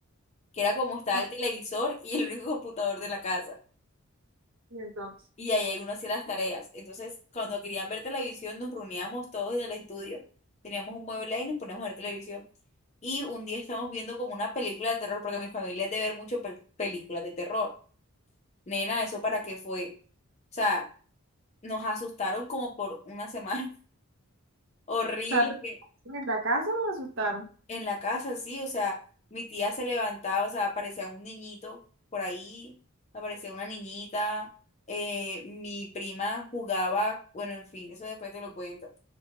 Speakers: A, on the left; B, on the right.
A: que era como estaba
B: Ah,
A: el televisor y el único computador de la casa.
B: Y entonces,
A: y ahí hay uno hacía las tareas. Entonces, cuando querían ver televisión, nos reuníamos todos en el estudio, teníamos un mueble ahí y nos poníamos a ver televisión. Y un día estábamos viendo como una película de terror, porque mi familia es de ver mucho pel- películas de terror. Nena, ¿eso para qué fue? O sea, nos asustaron como por una semana <laughs> horrible
B: o sea,
A: que-
B: en la casa los asustaron.
A: en la casa, sí, o sea, mi tía se levantaba, o sea, aparecía un niñito por ahí, aparecía una niñita, eh, mi prima jugaba, bueno, en fin, eso después te lo cuento.